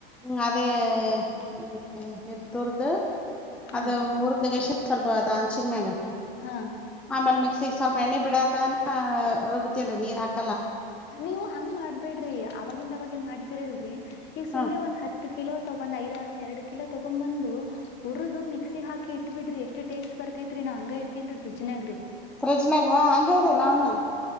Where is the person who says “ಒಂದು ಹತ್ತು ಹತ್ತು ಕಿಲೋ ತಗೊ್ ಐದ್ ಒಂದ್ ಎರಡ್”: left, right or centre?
Left